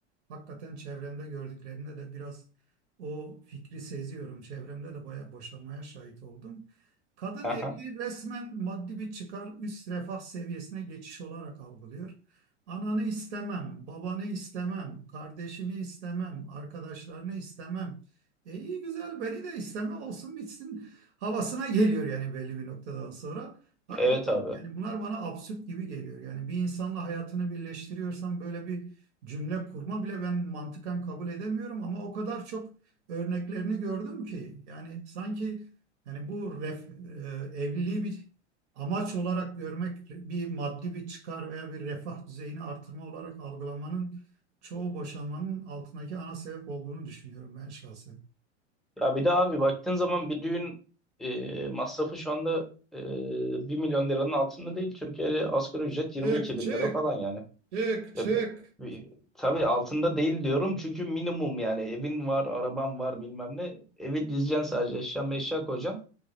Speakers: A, on the right; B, in the centre.
A: hakikaten çevremde gördüklerimde de biraz o fikri seziyorum. Çevremde de bayağı boşanmaya şahit oldum. Kadın
B: aha.
A: evliliği resmen maddi bir çıkar üst refah seviyesine geçiş olarak algılıyor. Ananı istemem, babanı istemem, kardeşini istemem, arkadaşlarını istemem. E iyi güzel beni de isteme olsun bitsin havasına geliyor yani belli bir noktadan sonra. Hakikaten
B: Evet abi.
A: yani bunlar bana absürt gibi geliyor. Yani bir insanla hayatını birleştiriyorsam böyle bir cümle kurma bile ben mantıken kabul edemiyorum ama o kadar çok örneklerini gördüm ki yani sanki yani bu ref, e, evliliği bir amaç olarak görmek bir maddi bir çıkar veya bir refah düzeyini artırma olarak algılamanın çoğu boşanmanın altındaki ana sebep olduğunu düşünüyorum ben şahsen.
B: Ya bir de abi baktığın zaman bir düğün eee, masrafı şu anda eee 1 milyon liranın altında değil. Türkiye'de asgari ücret 22
A: Çık
B: bin
A: çık
B: lira falan yani.
A: çık
B: Ya
A: çık.
B: e, tabii altında değil diyorum çünkü minimum yani evin var, araban var bilmem ne. Evi dizeceksin sadece eşya meşya koyacaksın.